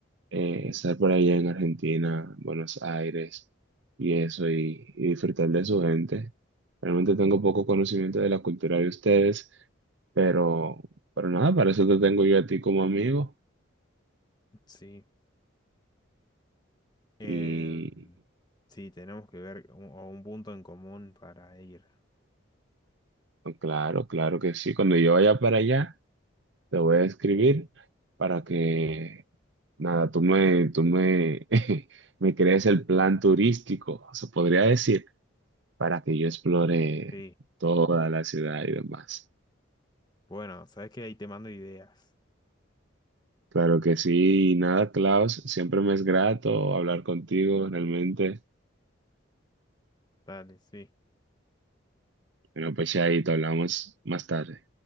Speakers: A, on the right (about 60°); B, on the left (about 20°).
A: eh, estar por allá en Argentina, Buenos Aires y eso, y, y disfrutar de su gente. Realmente tengo poco conocimiento de la cultura de ustedes, pero, pero nada, para eso te tengo yo a ti como amigo.
B: Sí. Em,
A: Y
B: sí, tenemos que ver un, o un punto en común para ir.
A: pues, claro, claro que sí. Cuando yo vaya para allá, te voy a escribir para que, nada, tú me, tú me, <laughs> me crees el plan turístico, se podría decir, para que yo explore
B: Sí.
A: toda la ciudad y demás.
B: Bueno, sabes que ahí te mando ideas.
A: Claro que sí, y nada, Klaus, siempre me es grato hablar contigo, realmente.
B: Dale, sí.
A: Bueno, pues ya ahí te hablamos más tarde.